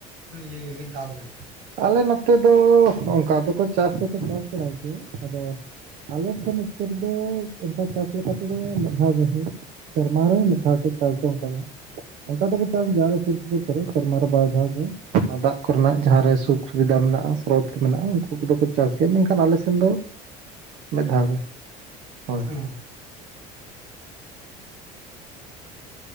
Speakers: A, on the right (about 85°); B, on the right (about 60°).
A: ᱤᱭᱟᱹ ᱢᱤᱫ ᱫᱷᱟᱣ ᱜᱮ?
B: ᱟᱞᱮ ᱱᱚᱛᱮ ᱫᱚ ᱚᱱᱠᱟ ᱫᱚᱠᱚ ᱪᱟᱥ ᱫᱚᱠᱚ ᱪᱟᱥ ᱵᱟᱲᱟᱭ ᱜᱮᱭᱟ ᱟᱫᱚᱼ ᱟᱞᱮ ᱴᱷᱮᱱ ᱩᱛᱚᱨ ᱫᱚ ᱚᱱᱠᱟ ᱪᱟᱥ ᱞᱮᱠᱟᱛᱮᱫᱚ ᱢᱤᱫᱷᱟᱣ ᱜᱮ ᱦᱩᱭᱩᱼᱼ ᱥᱮᱨᱢᱟ ᱨᱮ ᱢᱤᱫ ᱫᱷᱟᱣ ᱜᱮ ᱪᱟᱥ ᱫᱚ ᱚᱱᱠᱟ ᱫᱚ ᱦᱟᱸᱜ᱾ ᱚᱱᱠᱟ ᱫᱚᱠᱚ ᱪᱟᱥ ᱜᱮᱭᱟ ᱟᱞᱮ ᱥᱩᱨ ᱥᱩᱯᱩᱨ ᱠᱚᱨᱮ ᱥᱮᱨᱢᱟ ᱨᱮ ᱵᱟᱨ ᱫᱷᱟᱣ ᱜᱮ ᱫᱟᱜ ᱠᱚᱨᱮᱱᱟᱜ ᱡᱟᱦᱟᱸᱨᱮᱼᱼ ᱥᱩᱠ ᱥᱩᱵᱤᱫᱷᱟ ᱢᱮᱱᱟᱜᱼᱟ ᱥᱨᱳᱛ ᱠᱚ ᱢᱮᱱᱟᱜᱼᱟ ᱩᱱᱠᱩ ᱠᱚᱫᱚ ᱠᱚ ᱪᱟᱥ ᱜᱮᱭᱟ ᱢᱮᱱᱠᱷᱟᱱ ᱟᱞᱮ ᱥᱮᱱ ᱫᱚᱼᱼ ᱢᱤᱫ ᱫᱷᱟᱣ ᱜᱮ᱾ ᱦᱳᱭ
A: ᱚᱻ